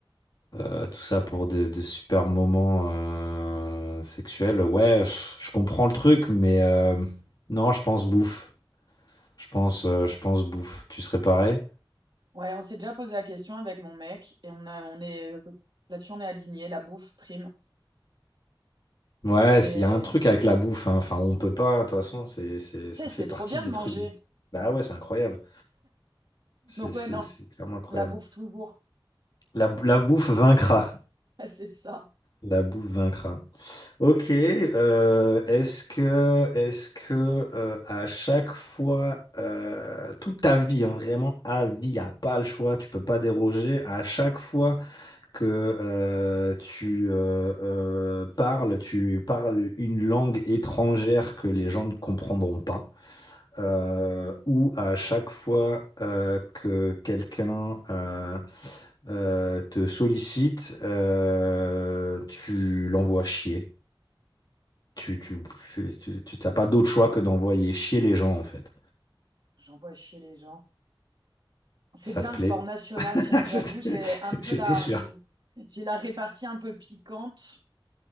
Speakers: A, on the left; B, on the right.
A: euh, tout ça pour de, de super moments euh, sexuels. Ouais, pff, je comprends le truc, mais euh, non, je pense bouffe. Je pense, euh, je pense bouffe. Tu serais pareil?
B: Ouais, on s'est déjà posé la question avec mon mec et on a, on est, là-dessus, on est aligné, la bouffe prime.
A: Ouais,
B: C'est,
A: s'il y a un truc avec la bouffe, hein. Enfin, on peut pas, de toute façon, c'est, c'est,
B: c'est,
A: ça
B: c'est
A: fait partie
B: trop bien
A: des
B: de manger.
A: trucs. Bah ouais, c'est incroyable. C'est,
B: Donc
A: c'est,
B: ouais, non,
A: c'est clairement incroyable.
B: la bouffe toujours.
A: La, la bouffe vaincra.
B: <laughs> C'est ça.
A: La bouffe vaincra. Ok. euh, est-ce que, est-ce que euh, à chaque fois, euh, toute ta vie, hein, vraiment à vie, y a pas le choix, tu peux pas déroger. À chaque fois que euh, tu euh, euh, parles, tu parles une langue étrangère que les gens ne comprendront pas euh, où à chaque fois euh, que quelqu'un euh, euh, te sollicite, euh, tu l'envoies chier. Tu, tu, tu, tu- tu- t'as pas d'autre choix que d'envoyer chier les gens, en fait.
B: J'envoie chier les gens. C'est
A: Ça
B: déjà
A: te plaît?
B: un sport national
A: <laughs>
B: chez moi, j'avoue,
A: C'était-
B: j'ai un peu
A: J'étais
B: la,
A: sûr.
B: j'ai la répartie un peu piquante.